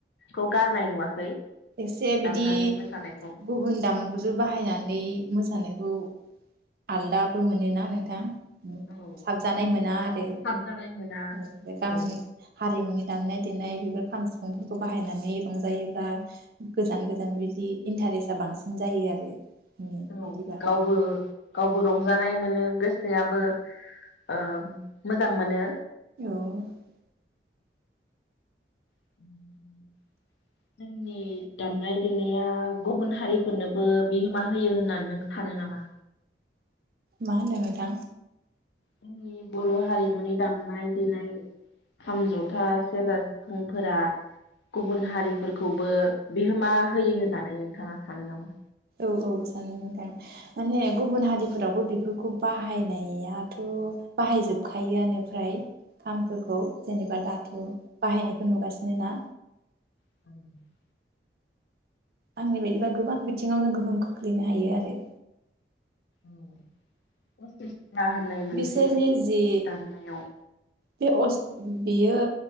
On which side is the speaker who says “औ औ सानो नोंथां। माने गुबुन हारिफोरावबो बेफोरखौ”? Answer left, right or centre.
Right